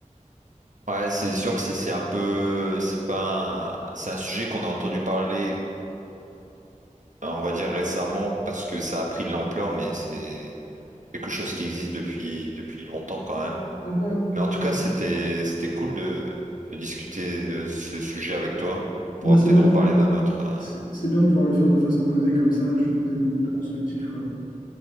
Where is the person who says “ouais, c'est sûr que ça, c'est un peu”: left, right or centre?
Right